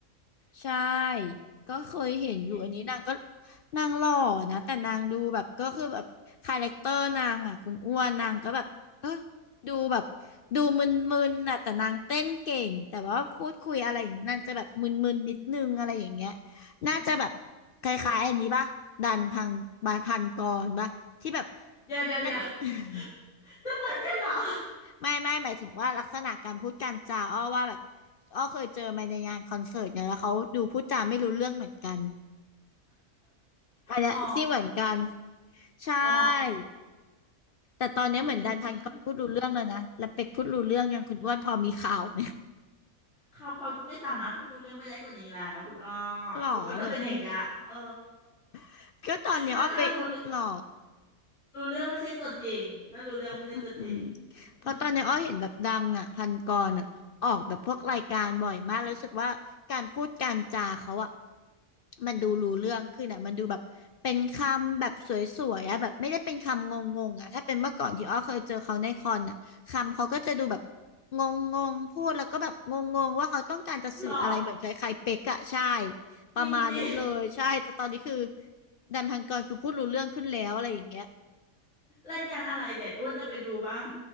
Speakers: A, on the left; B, on the left.
A: ใช่ ก็เคยเห็นอยู่อันนี้นางก็
B: เดี๋ยว
A: นางหล่อนะแต่นางดูแบบก็คือแบบคาแรคเตอร์นางอ่ะคุณอ้วนนางก็แบบเออดูแบบดูมึนๆน่ะแต่นางเต้นเก่งแต่ว่าพูดคุยอะไรอย่างนี้นางจะแบบมึนๆนิดนึงอะไรอย่างเงี้ยน่าจะแบบ
B: อืม
A: คล้ายๆอันนี้ป่ะดันพังบายพันกรป่ะที่แบบ
B: เดี๋ยวเดี๋ยวเดี๋ยว
A: <laughs> นั่น
B: <laughs> จะเหมือนกันเหรอ
A: ไม่ไม่หมายถึงว่าลักษณะการพูดการจาอ้อว่าแบบอ้อเคยเจอมาในงานคอนเสิร์ตเนี่ยแล้วเขาดูพูดจาไม่รู้เรื่องเหมือนกันอันเนี้ยที่เหมือนกัน
B: อ๋อ
A: ใช่
B: อ๋อ
A: แต่ตอนเนี้ยเหมือนดันพันกรพูดรู้เรื่องแล้วนะแล้วเป็กพูดรู้เรื่องยังคุณอ้วนพอมีข่าวไหม
B: อืมอืมอืมเขาเขาไม่สามารถพูดรู้เรื่องไปได้กว่านี้แล้วคุณอ้อ
A: หรอเดี๋ยว
B: เขาก็จะเป็นอย่างเงี้ยเออ
A: <laughs> ก็ตอนเนี้ยอ้อไปหรอ
B: ถ้าถ้ารู้ รู้เรื่องไม่ใช่ตัวจริง ถ้ารู้เรื่องไม่ใช่ตัวจริง
A: อืมอืมเพราะตอนนี้อ้อเห็นแบบดังอ่ะพันกรอ่ะออกแบบพวกรายการบ่อยมากแล้วรู้สึกว่าการพูดการจาเขาอ่ะ
B: <laughs>
A: มันดูรู้เรื่องขึ้นอ่ะมันดูแบบเป็นคำแบบสวยๆอ่ะแบบไม่ได้เป็นคำงงๆอ่ะถ้าเป็นเมื่อก่อนที่อ้อเคยเจอเขาในคอนอ่ะคำเขาก็จะดูแบบงงๆพูดแล้วก็แบบงงๆว่าเขาต้องการจะสื่ออะไรเหมือนคล้ายๆเป๊กอ่ะใช่
B: หรอ
A: ประมาณนั้นเลยใช่แต่ตอนนี้คือ
B: จริงดิ
A: แดันพันกรคือพูดรู้เรื่องขึ้นแล้วอะไรอย่างเงี้ย
B: รายการอะไรเด็ดอ้วนจะไปดูบ้าง